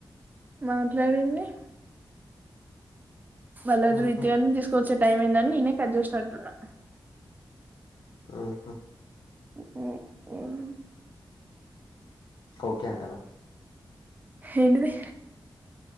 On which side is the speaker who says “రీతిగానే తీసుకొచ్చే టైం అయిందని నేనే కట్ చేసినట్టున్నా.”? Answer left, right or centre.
Right